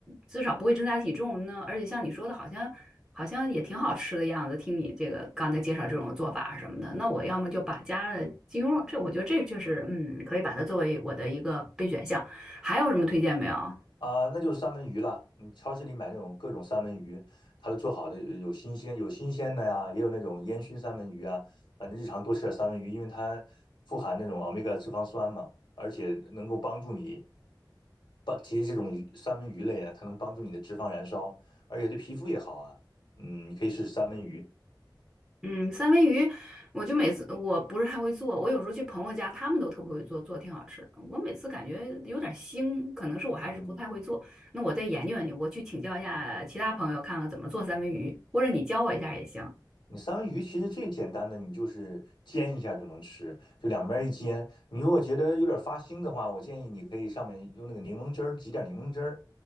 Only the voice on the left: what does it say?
啊，那就是三文鱼了。你超市里买那种各种三文鱼，它都做好的，有新鲜有新鲜的呀，也有那种烟熏三文鱼啊。反正日常多吃点三文鱼，因为它富含那种欧米伽脂肪酸嘛，而且能够帮助你。帮，其实这种鱼三文鱼类啊，它能帮助你的脂肪燃烧，而且对皮肤也好啊。嗯，你可以试试三文鱼。
嗯
嗯。
你三文鱼其实最简单的，你就是煎一下就能吃，就两边一煎。你如果觉得有点发腥的话，我建议你可以上面用那个柠檬汁儿挤点柠檬汁儿，